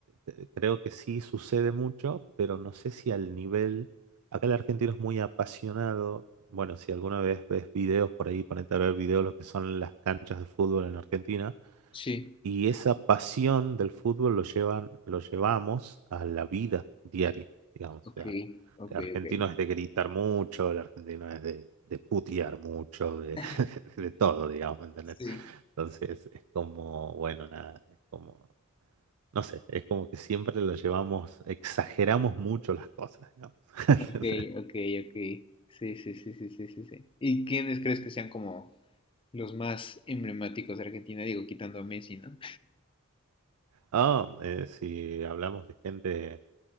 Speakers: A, on the right; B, on the left.
A: eh, creo que sí sucede mucho, pero no sé si al nivel, acá el argentino es muy apasionado, bueno, si alguna vez ves videos por ahí, ponete a ver videos lo que son las canchas de fútbol en Argentina,
B: Sí,
A: y esa pasión del fútbol lo llevan, lo llevamos a la vida diaria, digamos, o
B: ok,
A: sea,
B: ok,
A: el argentino
B: ok.
A: es de gritar mucho, el argentino es de, de putear mucho, de,
B: <laughs>
A: <laughs> de todo, digamos, ¿me ¿entendés?
B: Sí,
A: Entonces es como, bueno, nada, es como... No sé, es como que siempre lo llevamos, exageramos mucho las cosas, ¿no? <laughs>
B: Ok, ok, ok. Sí, sí, sí, sí, sí, sí, sí. ¿Y quiénes crees que sean como los más emblemáticos de Argentina? Digo, quitando a Messi, ¿no?
A: Ah, eh, si hablamos de gente